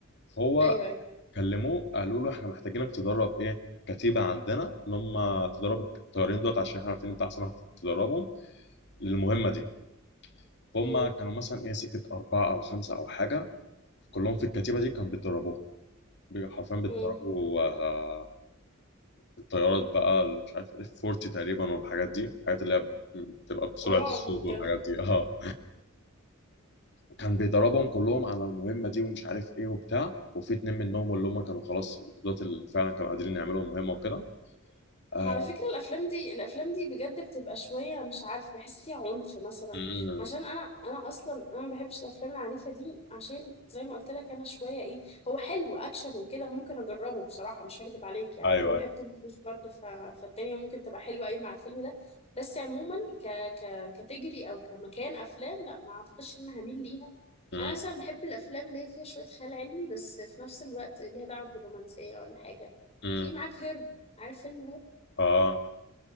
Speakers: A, on the left; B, on the left.
A: فهو
B: ايوه ايوه
A: كلموه قالوا له احنا محتاجينك تدرب ايه كتيبة عندنا ان هم تدرب الطيارين دول عشان احنا عارفين انت احسن واحد تدربهم للمهمة دي فهم
B: امم
A: كانوا مثلا ايه سكة أربعة أو خمسة أو حاجة كلهم في الكتيبة دي كانوا بيتدربوهم حرفيا بيتدربوا
B: امم
A: آه، الطيارات بقى ال- مش عارف اف 40 تقريبا والحاجات دي الحاجات اللي هي بتبقى بسرعه
B: رعب
A: الصوت
B: بجد
A: والحاجات دي اه كان بيدربهم كلهم على المهمه دي ومش عارف ايه وبتاع وفي اتنين منهم اللي هم كانوا خلاص دولت اللي فعلا كانوا قادرين يعملوا مهمه وكده آه.
B: على فكرة الأفلام دي الأفلام دي بجد بتبقى شوية مش عارف بحس فيها عنف مثلا
A: مم.
B: عشان أنا أنا أصلا أنا ما بحبش الأفلام العنيفة دي عشان زي ما قلت لك أنا شوية إيه هو حلو أكشن وكده ممكن أجربه بصراحة مش هكدب عليك يعني
A: ايوه
B: أنا بحب
A: ايوه
B: توم كروز برضه ف... فالدنيا ممكن تبقى حلوة أوي مع الفيلم ده بس عموما ك... ك... كتجري أو كمكان أفلام لا ما أعتقدش إن أنا هميل ليها
A: مم.
B: أنا مثلا بحب الأفلام اللي هي فيها شوية خيال علمي بس في نفس الوقت ليها دعوة بالرومانسية ولا حاجة
A: مم.
B: في معاك هير عارف فيلم
A: اه